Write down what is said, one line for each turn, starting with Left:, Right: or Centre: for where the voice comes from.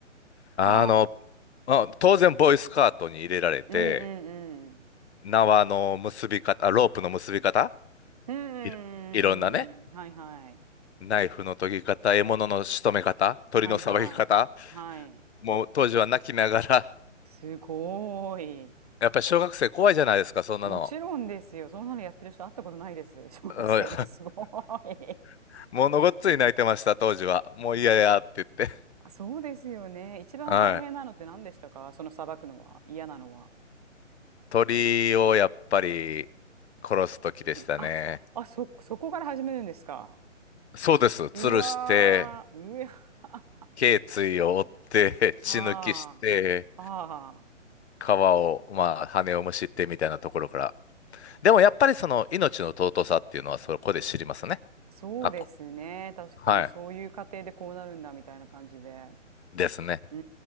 Left: あの、
Right: は
Left: まあ当然、
Right: あ、
Left: ボーイスカートに入れられて、
Right: うんうんうん。
Left: 縄の結び方、ロープの結び方、
Right: うん、
Left: いろいろんなね、
Right: はいはい。
Left: ナイフの研ぎ方、獲物の仕留め方、鳥のさばき方、
Right: はいはい。はい。
Left: もう当時は泣きながら、
Right: すごーい。
Left: やっぱり小学生怖いじゃないですか、そんなの。
Right: もちろんですよ。そんなのやってる人会ったことないです。<laughs> 小学生ですすごーい。
Left: はい <laughs> ものごっつい泣いてました、当時は。もう嫌やって言って。
Right: あそうですよね。一番大変なのって何でしたかそのさばくのは。
Left: はい。
Right: 嫌なのは。
Left: 鳥をやっぱり殺す時でしたね。
Right: あ、あ、そ、そこから始めるんですか。
Left: そうです。吊るして、
Right: うわー、うわ
Left: 頸椎を折って、血抜きして、
Right: ー、<laughs> はあ、は
Left: 皮を、まあ、羽をむしってみたいなところから。でもやっぱりその命の尊さっていうのはそこで知りますね。
Right: あ、そうですね。
Left: あ、こ
Right: 確かにそういう過程でこうなるんだみたいな感じで。
Left: はい。ですね。
Right: うー